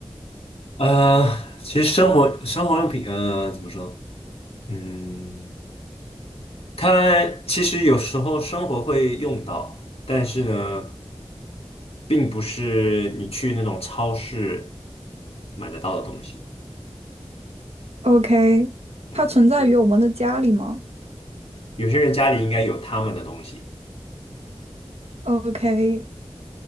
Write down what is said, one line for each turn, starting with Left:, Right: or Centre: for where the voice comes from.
Left: 呃，其实生活生活用品，呃，怎么说呢嗯。它其实有时候生活会用到，但是呢，并不是你去那种超市买得到的东西。
Right: <laughs>？OK，
Left: 嗯，
Right: 它存在于我们的家里吗？
Left: 有些人家里应该有他们的东西。
Right: OK，